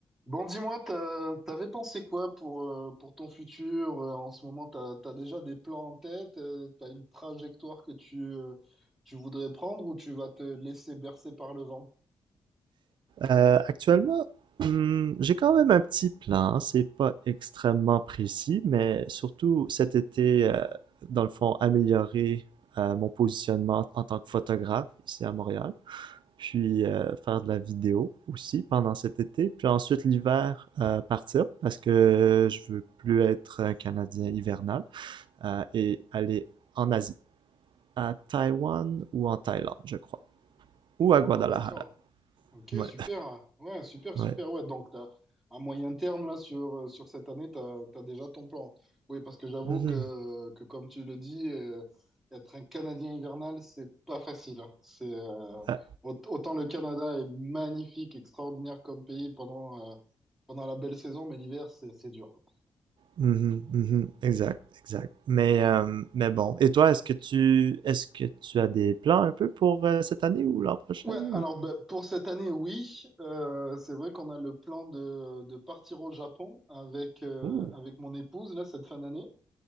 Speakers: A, in the centre; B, on the right.
A: Bon, dis-moi, t'as- t'avais pensé quoi pour, euh, pour ton futur? euh, En ce moment, t'as, t'as déjà des plans en tête? euh, T'as une trajectoire que tu, euh, tu voudrais prendre ou tu vas te laisser bercer par le vent?
B: Euh, actuellement, hmm, j'ai quand même un petit plan. C'est pas extrêmement précis, mais surtout cet été, euh, dans le fond, améliorer euh, mon positionnement en tant que photographe ici à Montréal, puis euh, faire de la vidéo aussi pendant cet été, puis ensuite l'hiver euh, partir parce que je veux plus être un Canadien hivernal euh, et aller en Asie, à Taïwan ou en Thaïlande, je crois, ou à
A: Oh,
B: Guadalajara.
A: d'accord. Ok,
B: Ouais,
A: super. Ouais, super,
B: ouais.
A: super. Ouais, donc t'as, à moyen terme, là, sur, euh, sur cette année, tu as, déjà ton plan. Oui, parce que j'avoue
B: Mhm.
A: que, que, comme tu le dis, euh, être un Canadien hivernal, c'est pas facile. hein. C'est, euh,
B: Euh,
A: aut- autant le Canada est magnifique, extraordinaire comme pays pendant, euh, pendant la belle saison, mais l'hiver, c'est, c'est dur.
B: Mhm, mhm, exact, exact. Mais,
A: Euh,
B: euh, mais bon. Et toi, est-ce que tu est-ce que tu as des plans un peu pour euh, cette année ou l'an prochain
A: Ouais,
B: ou...
A: alors ben, pour cette année, oui. Euh, c'est vrai qu'on a le plan de, de partir au Japon avec, euh,
B: Ouh.
A: avec mon épouse, là, cette fin d'année.